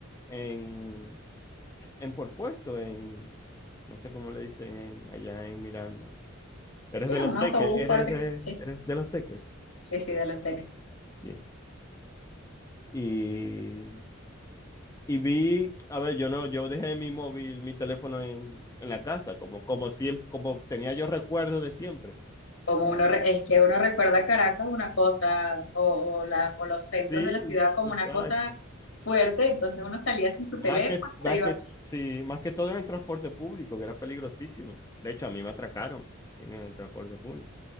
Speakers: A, on the left; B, on the left.
A: en, en por puesto, en, no sé cómo le dicen en- allá en Miranda. Eres
B: Sí,
A: de
B: un
A: los teques,
B: autobús
A: eres
B: parte,
A: de,
B: sí,
A: eres de los teques.
B: sí, sí, de los teques.
A: Bien. Y, y vi, a ver, yo no, yo dejé mi móvil, mi teléfono en, en la casa, como, como siempre, como tenía yo recuerdos de siempre.
B: Como uno, re- es que uno recuerda Caracas una cosa, o, o, la- o los centros
A: Sí,
B: de la ciudad como
A: exacto.
B: una cosa fuerte, entonces uno salía sin su
A: Más
B: teléfono,
A: que, más
B: se iba,
A: que, sí, más que todo en el transporte público, que era peligrosísimo. De hecho, a mí me atracaron en el transporte público.